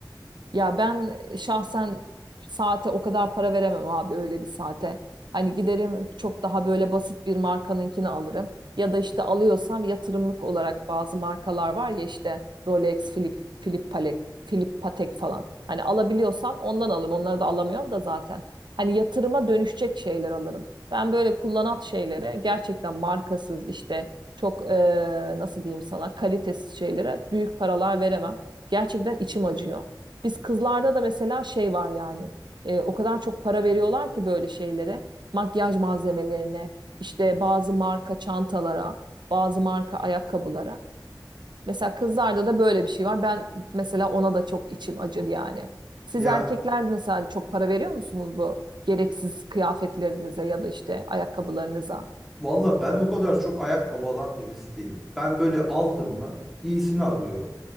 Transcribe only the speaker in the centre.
Ya
valla ben o kadar çok ayakkabı alan birisi değilim. Ben böyle aldım mı iyisini alıyorum.